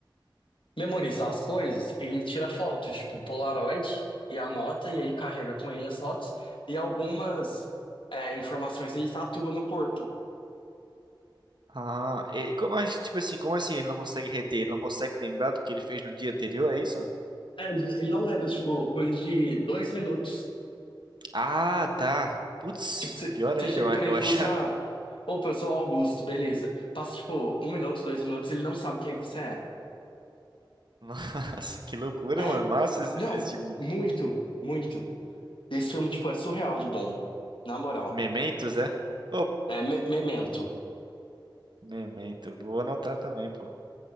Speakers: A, on the left; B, on the right.
A: memorizar as coisas, ele tira fotos, tipo Polaroid, e anota, e aí carrega com ele as fotos, e algumas é, informações ele tatua no corpo.
B: Ah, e como, a gente- tipo assim, como assim ele não consegue reter? Ele não consegue lembrar do que ele fez no dia anterior, é isso?
A: É, ele não lembra, tipo, coisa de dois minutos.
B: Ah, tá. Putz,
A: Tipo, você
B: pior
A: você
B: ainda,
A: chega
B: eu, a-
A: pra
B: eu
A: ele e
B: achar.
A: fala assim, ah, opa, eu sou o Augusto, beleza. Passa, tipo, um minuto, dois minutos, ele não sabe quem você é.
B: <laughs> Nossa, que loucura,
A: É,
B: mano. Massa esse,
A: não,
B: esse tipo de.
A: muito, muito. Esse filme, tipo, é surreal de bom, na moral.
B: Mementos, é? Ô,
A: É Me- Memento.
B: Memento, eu vou anotar também, pô.